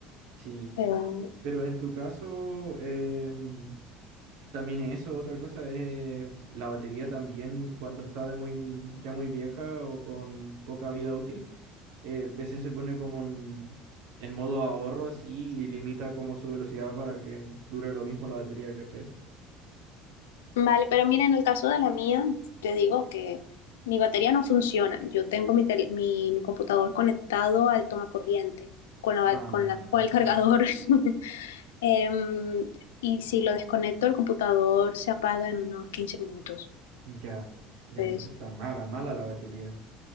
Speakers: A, on the right; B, on the left.
A: Sí,
B: Eh,
A: pero en tu caso, em, también eso, otra cosa es la batería también cuando está de muy, ya muy vieja o con poca vida útil eh, el PC se pone como en, en modo ahorro así y limita como su velocidad para que dure lo mismo la batería, ¿cachai?
B: Vale, pero mira, en el caso de la mía, te digo que mi batería no funciona. Yo tengo mi, tel- mi, mi computador conectado al tomacorriente con la,
A: Ah,
B: con la, con el cargador. <laughs> Em, y si lo desconecto, el computador se apaga en unos 15 minutos.
A: ya, ya,
B: Entonces,
A: entonces está mala, mala la batería.